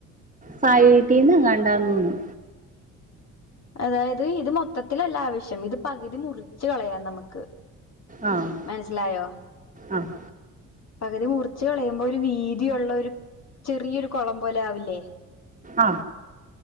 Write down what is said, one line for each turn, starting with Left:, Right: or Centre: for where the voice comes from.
Right: സൈഡീന്ന് എങ്ങാണ്ടാന്ന് തോന്നുന്നു.
Left: അതായത് ഇത് മൊത്തത്തില്ല ആവശ്യം ഇത് പകുതി മുറിച്ച് കളയാം നമുക്ക്-
Right: ആഹ്
Left: മനസ്സിലായോ
Right: ആഹ്
Left: പകുതി മുറച്ച് കളയുമ്പോ ഒരു വീതിയുള്ള ഒരു ചെറിയൊരു കുളം പോലെ ആവില്ലേ
Right: ആ